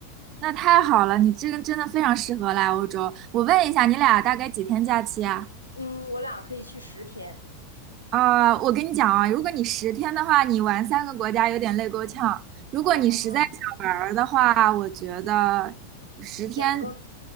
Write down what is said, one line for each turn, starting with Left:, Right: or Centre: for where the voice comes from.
Right: 那太好了，你这个真的非常适合来欧洲。我问一下，你俩大概几天假期啊？
Left: 嗯，我俩可以去十天，
Right: 啊，我跟你讲啊，如果你十天的话，你玩三个国家有点累够呛。如果你实在想玩儿的话，
Left: 哦，
Right: 我觉得十天。
Left: 两个，